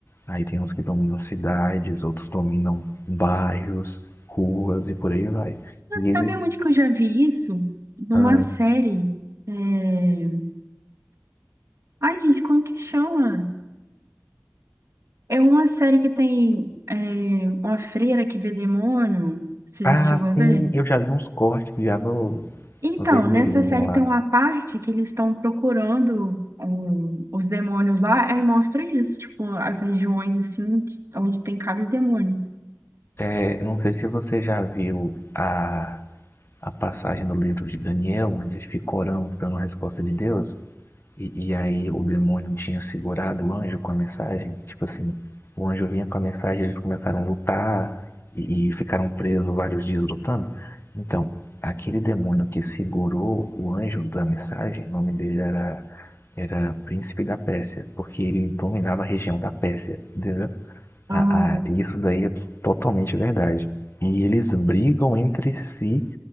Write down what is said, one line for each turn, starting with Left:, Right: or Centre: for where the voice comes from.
Left: aí tem uns que dominam cidades, outros dominam bairros, ruas e por aí vai. E eles.
Right: Sabe onde que eu já vi isso? Numa
Left: Ah,
Right: série. é, Ai, gente, como que chama? É uma série que tem é, uma freira que vê demônio. Você
Left: ah,
Right: já chegou a ver?
Left: sim, eu já vi uns cortes já no
Right: Então,
Left: no vermelhinho
Right: nessa série
Left: lá.
Right: tem uma parte que eles estão procurando um, os demônios lá, aí mostra isso, tipo, as regiões assim, que- onde tem cada demônio.
Left: É, não sei se você já viu a, a passagem do livro de Daniel, onde ele fica orando pela resposta de Deus. E, e aí o demônio tinha segurado o anjo com a mensagem. Tipo assim, o anjo vinha com a mensagem, eles começaram a lutar e, e ficaram presos vários dias lutando. Então, aquele demônio que segurou o anjo da mensagem, o nome dele era, era Príncipe da Pérsia, porque ele dominava a região da Pérsia, entendeu?
Right: Ah,
Left: A, a, isso daí é totalmente verdade. E eles brigam entre si